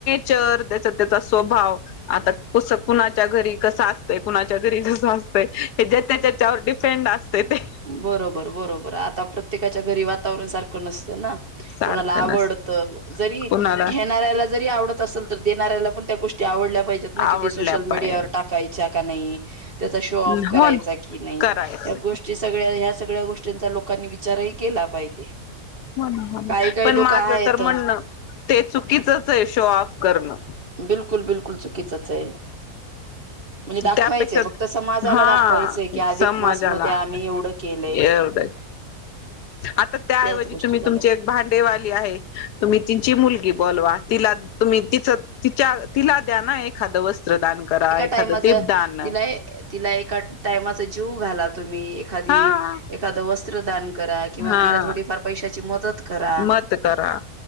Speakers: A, on the left; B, on the right.
A: चर त्याचा -त्याचा स्वभाव. आता कस कुणाच्या घरी कसं असतं कुणाच्या घरी कस असतंय -- हे ज्याच्या तेच्यावर डिफेंड असतयं ते.
B: बरोबर, बरोबर. आता प्रत्येकाच्या घरी वातावरण सारखं नसतं ना.
A: सारखं
B: कोणाला आवडत
A: नसत
B: जरी
A: कुणाला
B: घेणाऱ्याला जरी आवडत असेल तर देणाऱ्याला पण त्या गोष्टी आवडल्या पाहि जेत ना किती
A: आवडल्या
B: सोशल मीडियावर
A: पाय
B: टाकायच्या का नाही. त्याचा शो ऑफ
A: हो
B: करायचा
A: ना
B: कि नाही
A: करायचं
B: या गोष्टी -- सगळ्या ह्या सगळ्या गोष्टींचा लोकांनी विचारही केला पाहिजे.
A: हो ना, हो ना.
B: काही काही
A: पण
B: लोक
A: माझं
B: आहेत
A: तर म्हणणं ते चुकीचचहे शो ऑफ करणं.
B: बिलकुल, बिलकुल चुकीचच हाय. म्हणजे दाखवायचंय
A: त्यापेक्षा
B: फक्त समाजाला
A: हा
B: दाखवायचंय की अधिक
A: समाजाला
B: मास मध्ये आम्ही एवढं केलंय
A: एवढं आता त्याऐवजी
B: त्याच गोष्टी
A: तुम्ही
B: झाल्या
A: तुमचे -- भांडेवाली आहे. तुम्ही तिची मुलगी बोलवा. तिला तुम्ही तिच -- तिच्या तिला द्या ना एखादं वस्त्रदान करा. एखादं
B: टायमाझं
A: दीपदान
B: तिला ए तिला एका टायमाचा जीव घाला तुम्ही एखादी
A: हा
B: एखाद वस्त्रदान करा किंवा
A: हा
B: तिला थोडीफार पैशाची मदत करा
A: मत करा